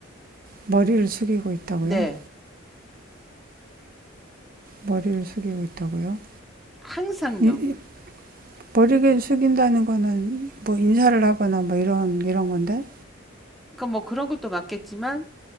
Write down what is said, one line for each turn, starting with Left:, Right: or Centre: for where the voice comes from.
Right: 머리를 숙이고 있다고요?
Centre: 네,
Right: 머리를 숙이고 있다고요?
Centre: 항상요.
Right: 이- 머리를 숙인다는 거는 뭐 인사를 하거나 뭐 이런 이런 건데?
Centre: 그러니까 뭐 그런 것도 맞겠지만